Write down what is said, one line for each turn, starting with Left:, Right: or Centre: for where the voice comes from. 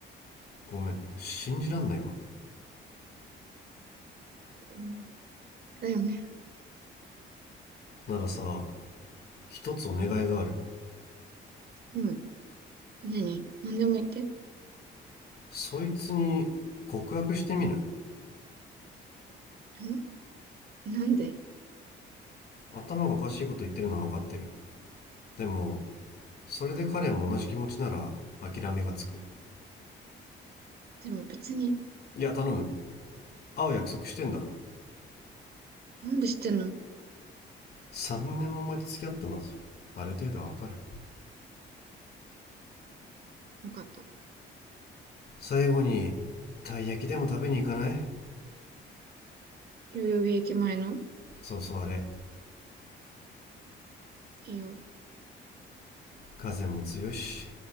Left: ごめん、もう信じらんないよ。
Right: うん、だよね。
Left: ならさ、一つお願いがある。
Right: うん。何何でも言って。
Left: そいつに告白してみない
Right: んなんで
Left: 頭がおかしいこと言ってるのは分かってる。でも、それで彼も同じ気持ちなら諦めがつく。
Right: でも別に、
Left: いや、頼む。会う約束してんだろ。
Right: なんで知ってんの
Left: 3年も前と付き合ったんだぞ。ある程度は分かる。
Right: わかった。
Left: 最後に、たい焼きでも食べに行かない
Right: 代々木駅前の
Left: そうそうあれ。
Right: いいよ。
Left: 風も強いし。